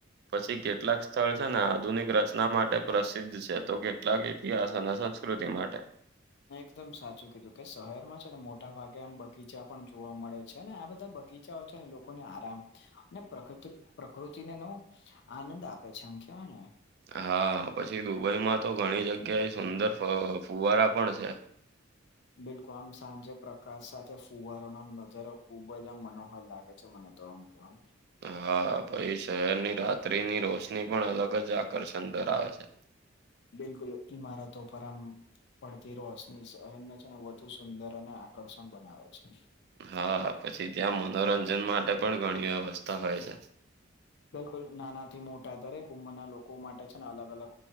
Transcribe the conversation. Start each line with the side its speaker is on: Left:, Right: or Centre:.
Right: પછી કેટલાક સ્થળ છે ને આધુનિક રચના માટે પ્રસિદ્ધ છે. તો કેટલાક ઇતિહાસ અને સંસ કૃતિ માટે.
Left: મે એકદમ સાચું કીધું કે શહેરમાં છે ને મોટા ભાગે આમ બગીચા પણ જોવા મળે છે ને આ બધા બગી <unintelligible> ને લોકોને આરામ અને પ્રકૃતિને નુ આનંદ આપે છે એમ કેવાય ને.
Right: હા પછી દુબઈમાં તો ઘણી જગ્યા એ સુંદર ફુવારા પણ છે.
Left: બિલકુલ આમ સાંજે પ્રકાશ સાથે ફુવારોનો આમ નજરો ખુબ જ આમ મનોહલ લાગે છે મને. તોમ કમ.
Right: હા પહી શહેરની રાત્રિની રોશની પણ અલગ જ આકર્ષણ ધરાવે છે.
Left: બિલકુલ ઈમારતો પર આમ પડતી રોશની સહેરને છે ને વધુ સુંદર અને આકર્ષણ બનાવે છે.
Right: હા પછી ત્યાં મનોરંજન માટે પણ ઘણી વ્યવસ્થા હોય છે.
Left: બિલકુલ નાનાથી મોટા દરેક ઉંમરના લોકો માટે છે ને અલગ અલગ.